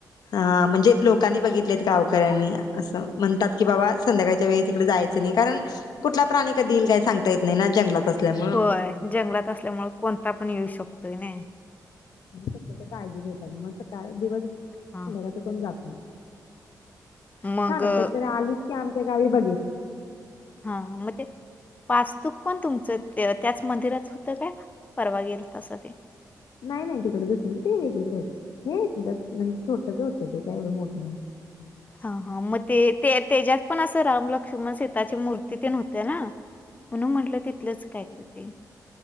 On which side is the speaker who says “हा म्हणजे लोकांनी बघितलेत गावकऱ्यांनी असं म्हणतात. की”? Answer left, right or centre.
Left